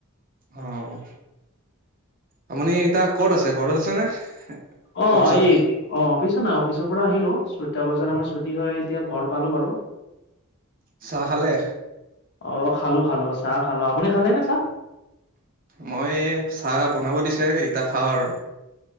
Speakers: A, on the right (about 40°); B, on the left (about 50°).
A: অ' আপুনি এতিয়া ক'ত আছে ঘৰত আছে নে?
B: অ'এই
A: অফিচত?
B: অ' অফিচত নাই, অফিচৰ পৰা আহিলো ছয়টা বজাত। ত' আমাৰ ছুটি হয় এতিয়া ঘৰ পালো বাৰু।
A: চাহ খালে?
B: অ' খালো, খালো চাহ খালো, আপুনি খালে নে চাহ?
A: মই চাহ বনাব দিছে, ইতা খাও আৰু